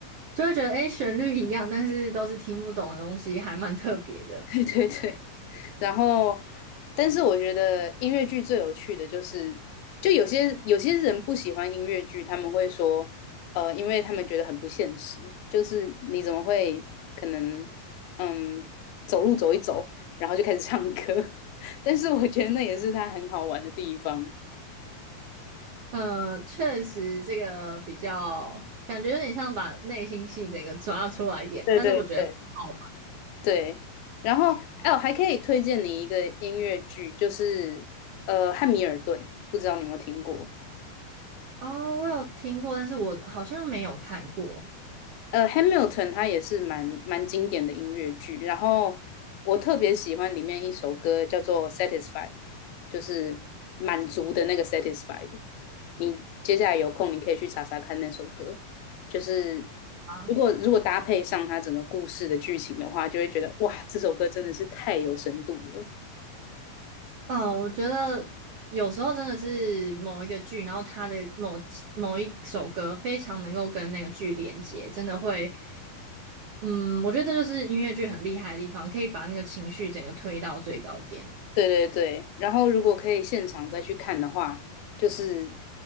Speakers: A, on the right; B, on the left.
A: 就会觉得，诶，旋律一样，但是都是听不懂的东西，还蛮特别的。
B: <laughs> 对对对。然后，但是我觉得音乐剧最有趣的就是，就有些有些人不喜欢音乐剧，他们会说，呃，因为他们觉得很不现实，就是你怎么会可能，嗯，走路走一走，然后就开始唱歌？<laughs> 但是我觉得那也是它很好玩的地方。
A: 嗯，确实，这个比较感觉有点像把内心戏整个抓出来演，
B: 对对对
A: 但是我觉得很好玩。
B: 对，然后哎，我还可以推荐你一个音乐剧，就是呃《汉密尔顿》，不知道你有没有听过？
A: 哦，我有听过，但是我好像没有看过。
B: 呃，《Hamilton》它也是蛮蛮经典的音乐剧，然后我特别喜欢里面一首歌叫做《Satisfied》，就是满足的那个 Satisfied。你接下来有空，你可以去查查看那首歌，就是
A: 啊。
B: 如果如果搭配上它整个故事的剧情的话，就会觉得哇，这首歌真的是太有深度了。
A: 嗯，我觉得有时候真的是某一个剧，然后它的某某一首歌非常能够跟那个剧连接，真的会，嗯，我觉得这就是音乐剧很厉害的地方，可以把那个情绪整个推到最高点。
B: 对对对，然后如果可以现场再去看的话，就是